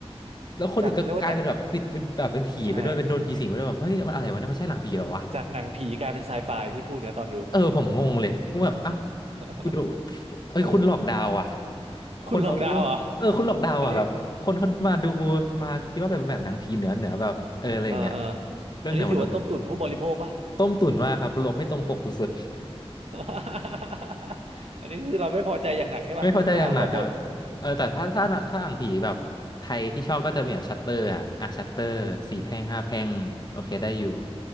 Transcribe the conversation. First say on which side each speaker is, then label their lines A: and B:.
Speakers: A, on the left (about 40°); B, on the right (about 75°).
A: แล้วคนอื่นก็กลายเป็นแบบติดเป็นแบบเป็นผีไปด้วยเป็นโดนผีสิงไปด้วยแบบเฮ้ยมันอะไรวะเนี่ยมันใช่หลังผีเหรอวะ
B: จากเขาเรียกว่าจากใช่จากหนังผีกลายเป็นไซไฟพี่พูดเนี่ยตอนดู
A: เออผมงงเลยกูแบบเอ้า
B: <laughs>
A: กูโดนเอ้ยคุณหลอกดาวอ่ะ
B: เออ
A: คนเขา
B: คุณหลอกดาวเหรอ่ะ
A: เออคุณหลอกดาวอ่ะแบบคนเขามาดูมามาคิดว่าแบบแบบหนังผีเหนือเหนือแบบเอออะไรอย่างเงี้ย
B: อันนี้เออเออ
A: เรื่องเหนือมนุษย์
B: อันนี้ถือว่าต้มตุ๋นผู้บริโภคปะ
A: ต้มตุ๋นมากครับหลบไม่ตรงปกสุดๆ
B: <laughs> อันนี้คือเราไม่พอใจอย่างหนักใช่ปะลูกค้าขอบ่น
A: ไม่พอใจอย่างหนักครับเออแต่ถ้าถ้าถ้าหนังผีแบบไทยที่ชอบก็จะมีแบบชัตเตอร์อ่ะอ่ะชัตเตอร์สี่แพร่งห้าแพร่งโอเคได้อยู่